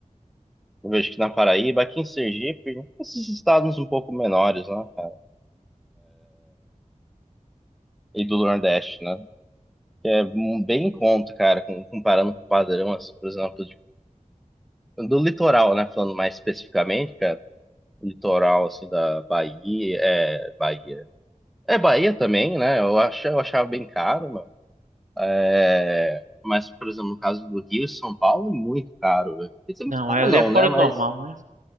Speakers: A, in the centre; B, on the right.
A: Eu vejo que na Paraíba, aqui em Sergipe, esses estados um pouco menores, né, cara? E do Nordeste, né? Que é um, bem em conta, cara, com- comparando com o padrão, assim, por exemplo, de- do litoral, né? Falando mais especificamente, cara. litoral assim da Bahia, é Bahia. É Bahia também, né? Eu acho, eu achava bem caro, mano. É, mas por exemplo, no caso do Rio e São Paulo é muito caro, velho. Quer dizer,
B: Não,
A: muito caro
B: ela
A: não,
B: é fora
A: né? Mas
B: do normal, né?